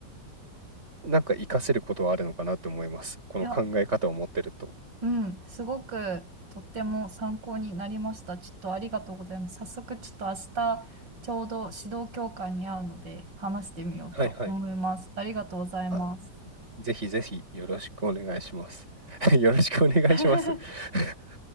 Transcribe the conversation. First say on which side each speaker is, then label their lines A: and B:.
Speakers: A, on the right; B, on the right.
A: なんか活かせることはあるのかなと思います。この考え方を持ってると。
B: いや、うん、すごくとっても参考になりました。ちょっとありがとうございます。早速ちょっと明日ちょうど指導教官に会うので話してみようと思います。
A: はいはい。
B: ありがとうございます。
A: あ、ぜひぜひよろしくお願いします。<laughs> よろしくお願いします。
B: <laughs>
A: <laughs>